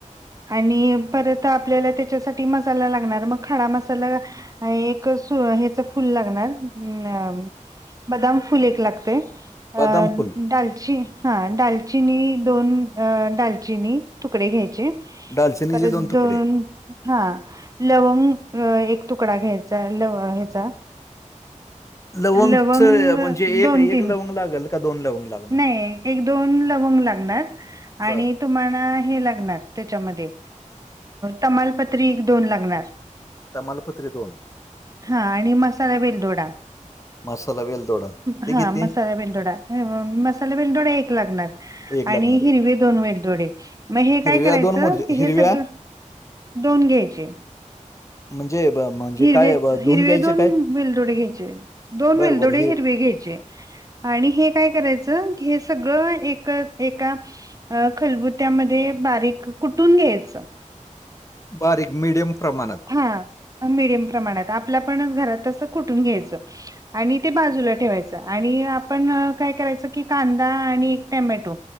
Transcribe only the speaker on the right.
आणि परत आपल्याला त्याच्यासाठी मसाला लागणार मग खडा मसाला, अ एक सु ह्याच फुल लागणार अ- बदाम फुल एक लागते
अ
डालची हा डालचीनी दोन, अ दडालचिनी तुकडे घ्यायचे
परत
दोन- हा लवंग एक तुकडा घ्यायचा लव ह्याचा,
लवंग
दोन
तीन
नाही एक दोन लवंग लागणार
आणि- तुम्हाला हे लागणार त्याच्यामध्ये तमालपत्री दोन लागणार.
हा आणि मसाला वेलदोडा
हा
मसाला वेलदोडा, मसाला वेलदोडा एक लागणार-
आणि
हिरवे दोन वेलदोडे मग हे काय
करायचं
की
हे सगळं, दोन घ्यायचे.
हिरवे
हिरवे
दोन
वेलदोडे घ्यायचे दोन
वेलदोडे
हिरवे घ्यायचे. आणि हे काय करायचं हे सगळं एक एका- अ खलबुत्यामध्ये बारीक कुठून घ्यायचं.
हा मिडियम प्रमाणात आपल्या आपणच घरात तसं कुठून घ्यायचं. आणि ते बाजूला ठेवायचं, आणि आपण काय करायचं की कांदा आणि एक टॅमॅटो.